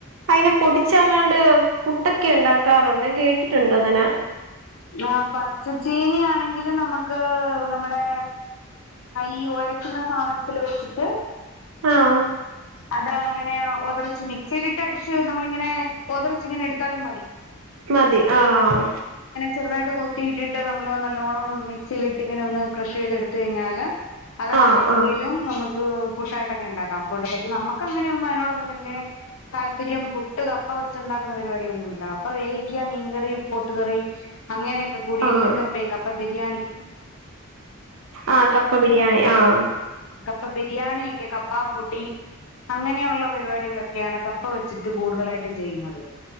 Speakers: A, on the right (about 65°); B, on the left (about 70°).
A: അയിനെ പൊടിച്ച് എങ്ങാണ്ട് പുട്ടൊക്കെ ഇണ്ടാക്കാറുണ്ട് ഞാൻ കേട്ടിട്ടുണ്ട് അങ്ങനെ.
B: ആ പച്ചച്ചീനി ആണെങ്കിലും നമുക്ക് നമ്മുടെ ഈ ഒരയ്ക്കുന്ന സാധനത്തില് വെച്ചിട്ട്
A: ആഹ്
B: അത് അങ്ങനെ ഒതറിച്ച് മിക്സിലിട്ട് അടി ച്ച് നമ്മളിങ്ങനെ ഒത ച്ചിങ്ങനെ എടുത്താലും മതി.
A: മതി ആഹ്
B: ചെറുതായിട്ട് കൊത്തിയിട്ടിട്ട് നമ്മള് നല്ലോണം മിക്സിയിലിട്ട് ഇങ്ങനെ ഒന്ന് ക്രഷ് ചെയ്ത് എടുത്ത് കഴിഞ്ഞാല് അതാണെങ്കിലും
A: ആഹ് ആഹ്
B: നമു പുട്ടായിട്ടൊക്കെ ണ്ടാക്കാം <inaudible> പക്ഷെ നമുക്ക് അങ്ങനെയൊന്നും അയിനോടൊന്നും വല്യ താല്പര്യം പുട്ട് കപ്പ വെച്ചുണ്ടാക്കുന്ന പരിപാടിയൊന്നുമില്ല കപ്പ വേവിക്ക്യ മീൻകറി പോത്ത് കറി അങ്ങനെയൊക്കെ കൂടി
A: ആഹ്
B: എല്ലും കപ്പയും കപ്പ ബിരിയാണി
A: ആഹ് കപ്പ ബിരിയാണി ആഹ്
B: ഇപ്പൊ ബിരിയാണിയൊക്കെ കപ്പാ പൂട്ടി അങ്ങനെയുള്ള പരിപാടികളൊക്കെയാണ് കപ്പ വെച്ചിട്ട് കൂടുതലായിട്ടും ചെയ്യുന്നത്